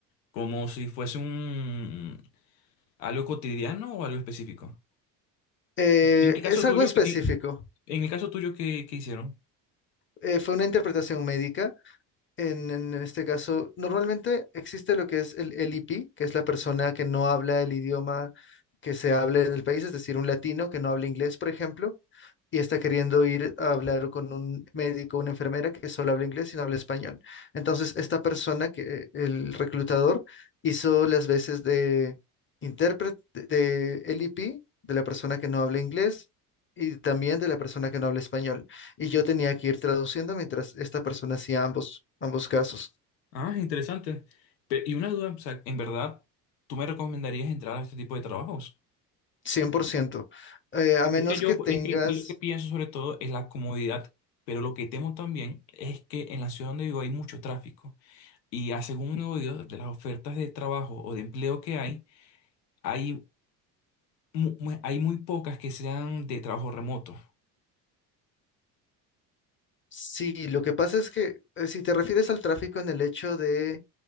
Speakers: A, on the left; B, on the left.
A: ¿Como si fuese un algo cotidiano o algo específico?
B: Eh,
A: En el caso
B: es
A: tuyo,
B: algo específico.
A: ¿qué- en, en el caso tuyo, ¿qué, qué hicieron?
B: Eh, fue una interpretación médica En, en este caso, normalmente existe lo que es el el LIP, que es la persona que no habla el idioma que se hable en el país, es decir, un latino que no habla inglés, por ejemplo, y está queriendo ir a hablar con un médico, una enfermera que solo habla inglés y no habla español. Entonces, esta persona que el reclutador hizo las veces de intérprete de LEP, de la persona que no habla inglés y también de la persona que no habla español. Y yo tenía que ir traduciendo mientras esta persona hacía ambos, ambos casos,
A: Ah, interesante. Pe- y una duda, o sea, en verdad, ¿tú me recomendarías entrar a este tipo de trabajos?
B: 100%. Eh, a menos
A: Es que yo,
B: que tengas...
A: es que lo que pienso sobre todo es la comodidad, pero lo que temo también es que en la ciudad donde vivo hay mucho tráfico y a según he oído de las ofertas de trabajo o de empleo que hay, hay, mu- mu- hay muy pocas que sean de trabajo remoto.
B: Sí, lo que pasa es que eh, si te refieres al tráfico en el hecho de